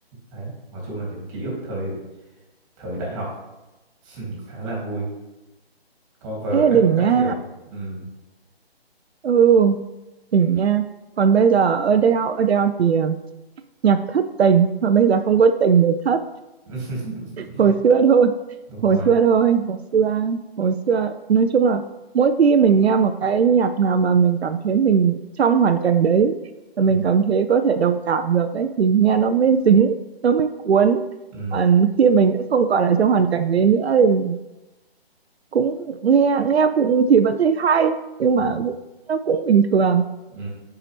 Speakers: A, on the right; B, on the right.
A: đấy nói chung là kiểu ký ức thời thời đại học <laughs> khá là vui cover
B: Ê
A: các
B: đỉnh
A: các
B: nha
A: kiểu ừ.
B: ừ đỉnh nha còn bây giờ Adele Adele thì ờ, nhạc thất tình mà bây giờ không có tình để thất
A: <laughs>
B: hồi xưa thôi
A: đúng
B: hồi
A: rồi
B: xưa thôi hồi xưa hồi xưa nói chung là mỗi khi mình nghe một cái nhạc nào mà mình cảm thấy mình trong hoàn cảnh đấy và mình
A: ừ.
B: cảm thấy có thể đồng cảm được ấy thì nghe nó mới dính nó mới cuốn
A: Ừ.
B: còn khi mình đã không còn ở trong hoàn cảnh đấy nữa thì cũng nghe nghe cũng thì vẫn thấy hay nhưng
A: Ừ.
B: mà cũng, nó cũng bình thường
A: Ừ.